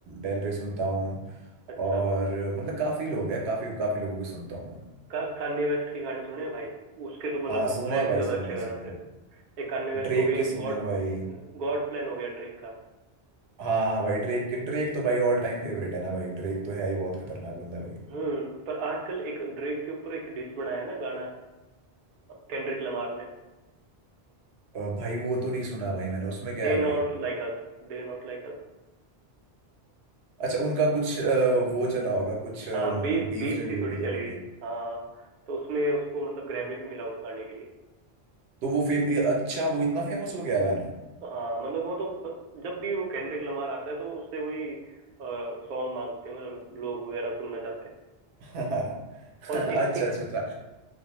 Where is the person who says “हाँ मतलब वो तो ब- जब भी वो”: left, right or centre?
Right